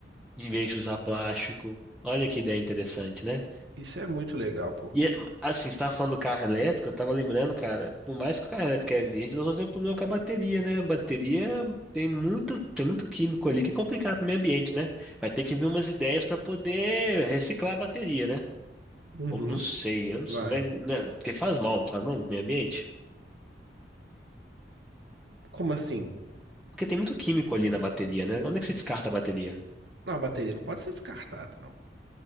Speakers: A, in the centre; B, on the right.
A: em vez de usar plástico. Olha que ideia interessante, né?
B: Isso é muito legal, pô.
A: E assim, você estava falando do carro elétrico, eu estava lembrando, cara, por mais que o carro elétrico é verde, nós vamos ter um problema com a bateria, né? A bateria tem muito, tem muito químico ali que é complicado para o meio ambiente, né? Vai ter que vir umas ideias para poder reciclar a bateria, né?
B: Uhum.
A: Ou não sei, eu não
B: Vai.
A: sei, mas, né, porque faz mal, não faz mal pro meio ambiente?
B: Como assim?
A: Porque tem muito químico ali na bateria, né? Onde é que se descarta a bateria? O
B: Não, a bateria não pode ser descartada, não.